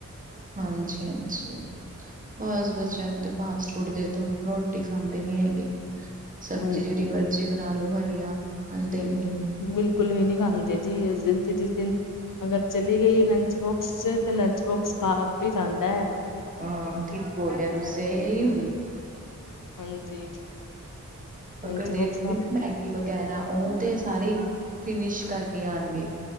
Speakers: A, on the right (about 25°); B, on the left (about 80°).
A: ਹਾਂਜੀ ਹਾਂਜੀ ਬਸ ਬੱਚਿਆਂ ਨੂੰ ਤੇ ਫਾਸਟ ਫੂਡ ਦੇ ਦੋ ਰੋਟੀ ਖਾਂਦੇ ਨੀ ਹੈਗੇ। ਸਬਜ਼ੀ
B: ਹਾਂਜੀ।
A: ਜਿਹੜੀ ਮਰਜ਼ੀ ਬਣਾ ਲਓ ਹਰੀਆਂ ਖਾਂਦੇ
B: ਹੂੰ
A: ਹੀ ਨੀ।
B: ਬਿਲਕੁਲ ਵੀ ਨਹੀਂ ਖਾਂਦੇ ਜੀ ਉਸ ਦਿਨ ਤੇ ਜਿਸ ਦਿਨ ਅਗਰ ਚਲੀ ਗਈ ਲੰਚ ਬੋਕਸ ਚ ਤੇ ਲੰਚ ਬੋਕਸ ਪਾ ਹੀ ਜਾਂਦਾ ਹੈ।
A: ਹਾਂ ਠੀਕ ਬੋਲਿਆ ਤੁਸੀਂ। ਇਹੀੳ
B: ਹਾਂਜੀ ਲੰਚ
A: ਅਗਰ
B: ਬੋਕਸ
A: ਦੇ ਦਿੱਤੀ ਨਾ ਮੈਗੀ ਵਗੈਰਾ ਉਹ ਤੇ ਸਾਰੇ ਫਿਨਿਸ਼ ਕਰਕੇ ਆਣਗੇ।